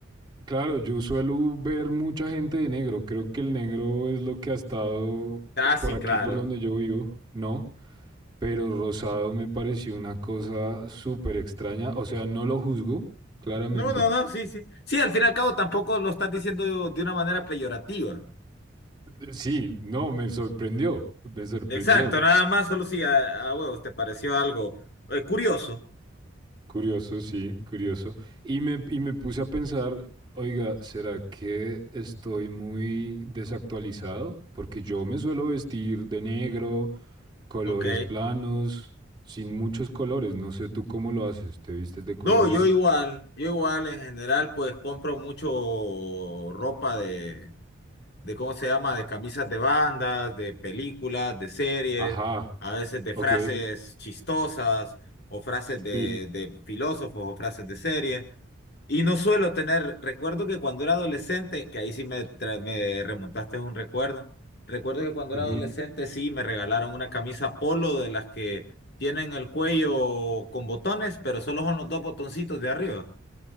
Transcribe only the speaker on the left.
Ah,
sí,
claro.
No, no, no, sí, sí. Sí, al fin y al cabo tampoco lo estás diciendo de una manera peyorativa.
Exacto, nada más, solo si a, a huevos te pareció algo eh, curioso.
Ok.
No, yo igual, yo igual en general pues compro mucho ropa de, de ¿cómo se llama? De camisas de bandas, de películas, de series,
a veces de
frases chistosas o frases de,
de filósofos o frases de series. Y no suelo tener, recuerdo que cuando era adolescente, que ahí sí me, tra- me remontaste a un recuerdo, recuerdo que cuando
era adolescente sí me regalaron una camisa polo de las que tienen el cuello con botones, pero solo son los dos botoncitos de arriba.